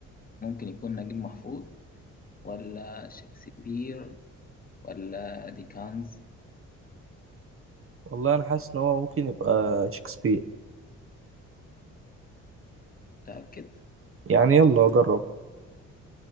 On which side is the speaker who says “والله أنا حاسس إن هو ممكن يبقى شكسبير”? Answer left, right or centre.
Right